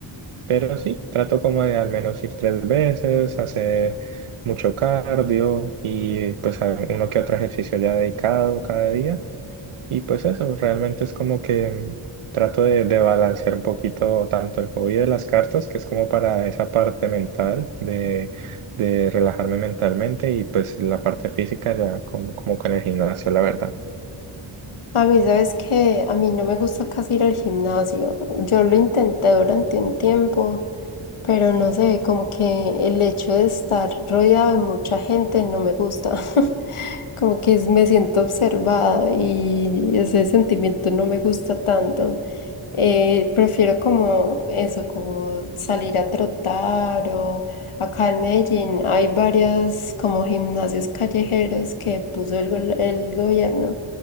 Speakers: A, on the right; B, on the left.
A: pero sí, trato como de al menos ir tres veces, hacer mucho cardio y pues a- uno que otro ejercicio ya dedicado cada día. Y pues eso, realmente es como que trato de, de balancear un poquito tanto el hobby de las cartas, que es como para esa parte mental de, de relajarme mentalmente, y pues la parte física ya como, como con el gimnasio, la verdad.
B: A mí, sabes que a mí no me gusta casi ir al gimnasio. Yo lo intenté durante un tiempo, pero no sé, como que el hecho de estar rodeado de mucha gente no me gusta. <laughs> como que es- me siento observada y ese sentimiento no me gusta tanto. Eh, prefiero como eso, como salir a trotar o acá en Medellín hay varias como gimnasios callejeros que puso el, gol- el gobierno